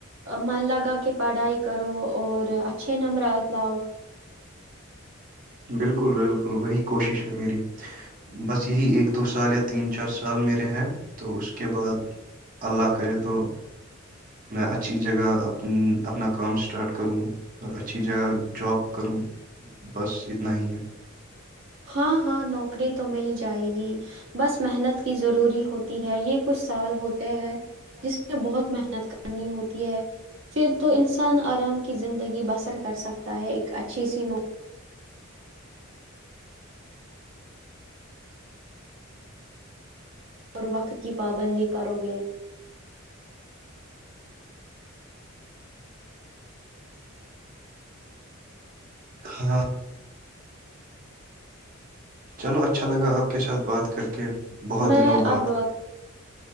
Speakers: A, on the right; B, on the right.
A: من لگا کہ پڑھائی کرو اور اچھے نمبر لاؤ
B: بالکل بالکل وہی کوشش ہے میری بس یہی ایک دو سال یا تین چار سال میرے ہیں تو اس کے بعد اللہ کرے تو میں اچھی جگہ اپ اپنا کام اسٹارٹ کروں اور اچھی جگہ جاب کروں بس نہیں ہے
A: ہاں ہاں نوکری تو مل جائے گی بس محنت کی ضروری ہوتی ہے یہ کچھ سال ہوتے ہیں جس میں بہت مہ محنت کرنی ہوتی ہے پھر تو انسان آرام کی زندگی بسر کر سکتا ہے ایک اچھی سی نو اور وقت کی پابندی کرو گے
B: ہاں چلو اچھا لگا آپ کے ساتھ بات کر کے بہت
A: میں
B: دنوں بعد
A: اب